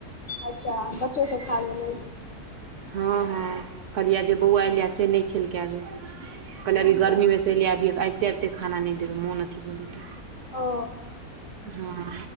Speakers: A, on the left (about 55°); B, on the right (about 65°).
A: अच्छा बत से सब खा लेलै
B: हां-हां-हां कहलियै जे बौआ ऐल यै से नै खेलकै अभी। कहलियै अभी
A: अच्छा
B: गर्मी मे से एले यै अभी अइबते-अइबते खाना नै देबै मोन अथी भऽ जेतै।
A: औ।
B: हां।